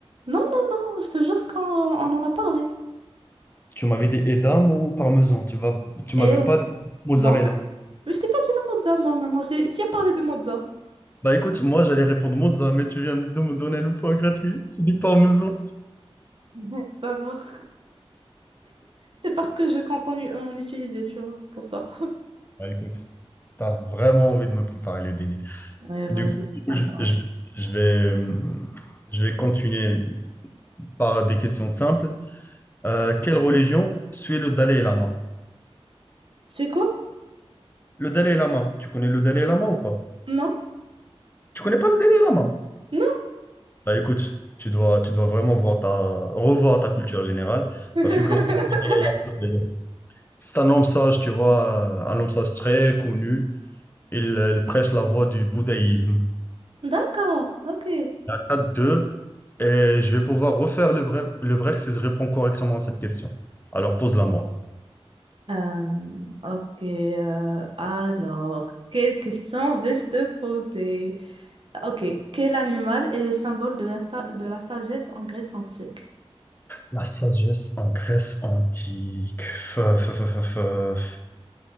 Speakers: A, on the right (about 55°); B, on the left (about 20°).
A: Non, non, non, je te jure qu'on on en a parlé.
B: Tu m'avais dit edam ou parmesan. Tu vas, tu m'avais
A: Et ouais.
B: pas dit mozzarella.
A: Donc? Mais je t'ai pas dit la mozza, moi, maintenant. J'ai- Qui a parlé de mozza? <laughs>
B: Bah écoute, moi j'allais répondre mozza, mais tu viens de me donner le point gratuit. C'est du parmesan.
A: Mhm. Alors, c'est parce que je compte en, u- en utiliser, tu vois, c'est pour ça. <laughs>
B: Bah écoute, t'as vraiment envie de me préparer le dîner.
A: Ouais, vas-y,
B: Du coup,
A: c'est pas grave.
B: je, je vais, euh, je vais continuer par des questions simples. Euh, quelle religion suit le Dalai Lama?
A: C'est quoi?
B: Le Dalai Lama, tu connais le Dalai Lama ou pas?
A: Non?
B: Tu connais pas le Dalai Lama?
A: Non?
B: Bah écoute, tu dois, tu dois vraiment voir ta, revoir ta culture générale.
A: <laughs>
B: Bah, figure-toi que le Dalai Lama, c'est c'est un homme sage, tu vois, un homme sage très connu. Il, euh, il prêche la voie du bouddhisme.
A: D'accord, ok.
B: 4-2, et je vais pouvoir refaire le break, le break si je réponds correctement à cette question. Alors pose-la moi.
A: Euh, ok, euh, alors, quelle question vais-je te poser? Ok, quel animal est le symbole de la, sa- de la sagesse en Grèce antique?
B: La sagesse en Grèce antique. Fe- fe- fe- fe- fe- fe-